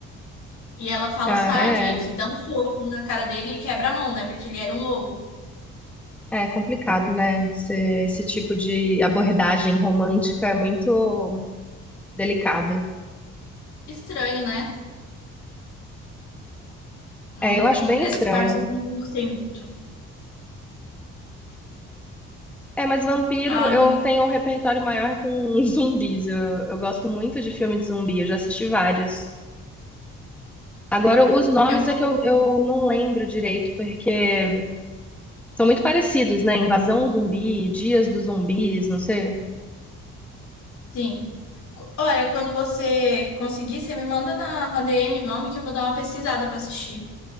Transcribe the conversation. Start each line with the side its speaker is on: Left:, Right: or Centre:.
Left: E ela fala,
Centre: Ah,
Left: sai,
Centre: é.
Left: Jake, e dá um soco na cara dele e quebra a mão, né? Porque ele era um lobo.
Centre: É complicado, né? Esse, esse tipo de abordagem romântica é muito delicada.
Left: Estranho, né? Hum,
Centre: É, eu acho bem
Left: essas
Centre: estranho.
Left: partes eu não gostei muito.
Centre: É, mas vampiro,
Left: Ah,
Centre: eu tenho um repertório maior com <laughs> zumbis. Eu, eu gosto muito de filme de zumbi, eu já assisti vários. Agora, os nomes
Left: eu vou.
Centre: é que eu, eu não lembro direito, porque são muito parecidos, né? Invasão zumbi, Dias dos Zumbis, não sei.
Left: Sim. Olha, quando você conseguir, você me manda na na DM o nome que eu vou dar uma pesquisada pra assistir.